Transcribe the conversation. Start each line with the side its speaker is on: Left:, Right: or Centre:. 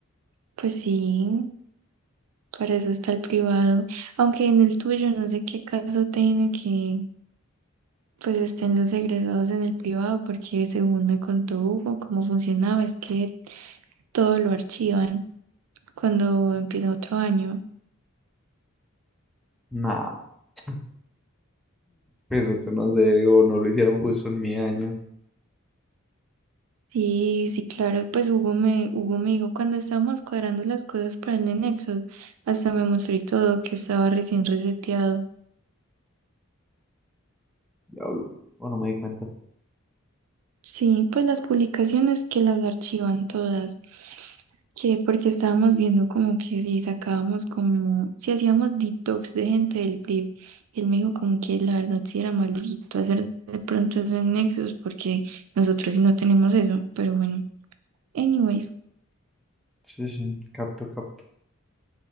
Right: pues sí. para eso está el privado. Aunque en el tuyo no sé qué caso tiene que pues estén los egresados en el privado, porque según me contó Hugo, cómo funcionaba, es que todo lo archivan cuando empieza otro año.
Centre: Nada. <laughs> Eso yo no sé, o no lo hicieron justo en mi año.
Right: Y sí, claro, pues Hugo me, Hugo me dijo cuando estábamos cuadrando las cosas para el de Nexus, hasta me mostró y todo que estaba recién reseteado.
Centre: Diablo, o no me di cuenta.
Right: Sí, pues las publicaciones que las archivan todas, que porque estábamos viendo como que si sacábamos como, si hacíamos detox de gente del PRIV, y él me dijo como que la verdad sí era maluquito hacer de pronto esos nexos porque nosotros sí no tenemos eso, pero bueno, anyways,
Centre: Sí, sí, capto, capto.